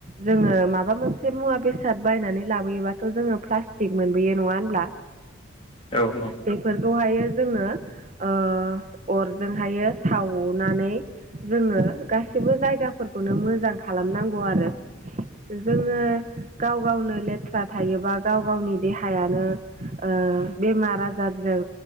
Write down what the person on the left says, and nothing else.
औ। उम औ
<inaudible>